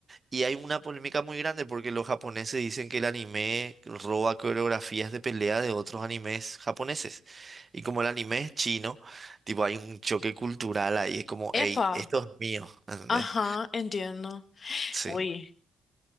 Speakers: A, on the right; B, on the left.
A: Y hay una polémica muy grande porque los japoneses dicen que el anime roba coreografías de pelea de otros animes japoneses. Y como el anime es chino, tipo hay un choque cultural ahí, es como,
B: Epa.
A: hey, esto es mío, ¿entendés?
B: Ajá, entiendo.
A: Sí.
B: Uy.